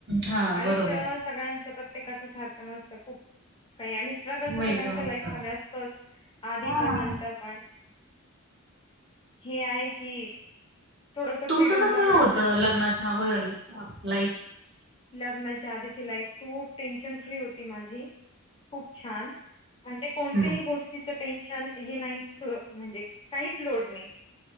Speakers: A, on the right; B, on the left.
A: हा
B: आयुष्य
A: बरोबर.
B: सगळ्यांच प्रत्येकाचं सारखं नसतं खूप काही आणि स्ट्रगल तर
A: वेगळं
B: सगळ्यांच्या
A: वेगळं
B: लाईफ मध्ये असतोच आधी
A: हा
B: पण नंतर पण हे आहे की थोडंसं
A: तुमचं
B: फ्रीडमचा
A: कसं हे
B: फरक
A: होतं
B: पडतो.
A: लग्नाच्या अगोदर लाईफ
B: लग्नाच्या आधीची लाईफ खूप टेन्शन फ्री होती माझी खूप छान म्हणजे कोणतेही
A: हम्म.
B: गोष्टी टेंशन हो काही च् लोड नाही